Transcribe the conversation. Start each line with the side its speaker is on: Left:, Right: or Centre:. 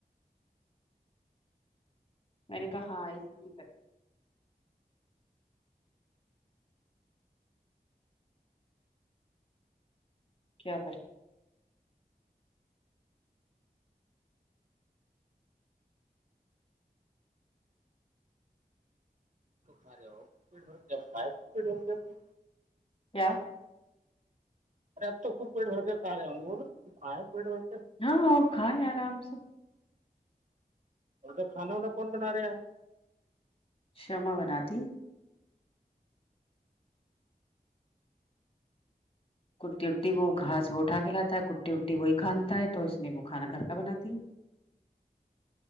Left: میں نے کہا ہاں اس لیے کر کیا کریں
Right: ہیلو جب <unintelligible> رہے جب
Left: کیا
Right: ارے اب تو خود پیٹ بھر کے کہا رہے ہو بولو کھائے پیٹ بھر کے
Left: ہاں اب کھائے آرام سے
Right: ا تو کھانا ونا کو بنا رہے ہیں
Left: شما بناتی ہے کٹی اٹٹی وہ گاس وہ اٹا کے لاتا ہے کٹی وٹی وہی کھانا ہے تو اس نے وہ کھانا گھر کا بناتی ہے